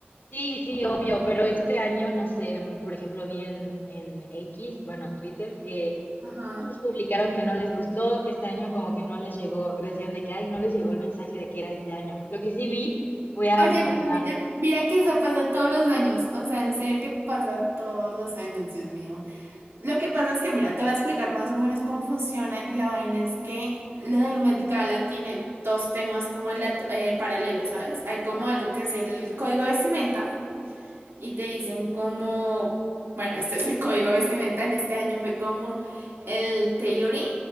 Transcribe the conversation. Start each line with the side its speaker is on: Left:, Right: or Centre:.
Left: sí, sí, obvio, pero este año, no sé, por ejemplo, vi en, en X, bueno, Twitter, que
Right: Ajá.
Left: muchos publicaron que no les gustó, que este año como que no les llegó, decían de que, ay, no les llegó el mensaje de que era este año. Lo que sí vi fue a
Right: Oye,
Left: Rihanna.
Right: pero mira, mira que eso pasa todos los años. O sea, en serio que pasa todos los años, Dios mío. Lo que pasa es que, mira, te voy a explicar más o menos cómo funciona. La vaina es que lo del Met Gala tiene dos temas como alat- eh, paralelos, ¿sabes? Hay como algo que es el código de vestimenta. y te dicen como, bueno, este es el código de vestimenta en este año, fue como el tailoring,